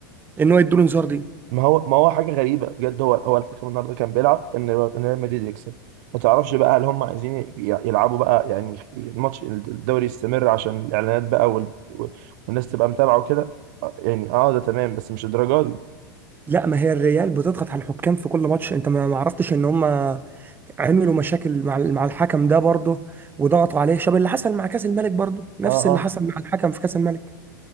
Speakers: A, on the right; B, on the right.
A: ان هو يديله انذار دي
B: ما هو ما هو حاجه غريبه بجد هو هو الحكم النهارده كان بيلعب ان ان ريال مدريد يكسب ما تعرفش بقى هل هم عايزين ي- يلعبوا بقى يعني الماتش الدوري يستمر عشان الاعلانات بقى وال... وال- والناس تبقى متابعه وكده آه، يعني اه ده تمام بس مش الدرجه دي
A: لا ما هي الريال بتضغط على الحكام في كل ماتش انت ما ما عرفتش ان هم عملوا مشاكل مع ال- مع الحكم ده برضه وضغطوا عليه شبه اللي حصل مع كاس الملك برضه نفس
B: اه اه
A: اللي حصل مع الحكم في كاس الملك